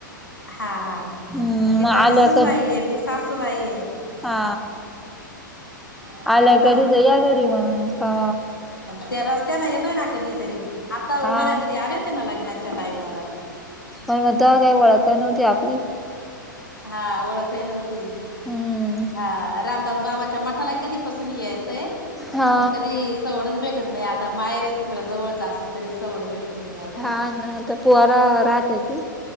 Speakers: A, on the left (about 85°); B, in the centre.
A: हा हा
B: हम्म
A: दीपाली
B: आल्या
A: सुनबाईय
B: का
A: मी सासूबाये
B: हा
A: हा
B: आल्या
A: येऊ ना
B: कधीतर या घरी मग हा
A: ते रस्त्याना येतय ना कधीतरी आता
B: हा
A: उन्हाळ्यामध्ये आले होते ना लग्नाच्या टाइमाला
B: होय मग तवा काई ओळखत नव्हती आपली
A: हा ओळखई नव्हती.
B: हम्म
A: हा रामदास बाबाच्या मठाला कधीपसून यायचंय
B: हा
A: पण कधी सवडच भेटत नाही आता माहेर आहे तिकड जवळच असून तरी सवड भेटत नाही यायला
B: हा ना आता पोर राहते ती.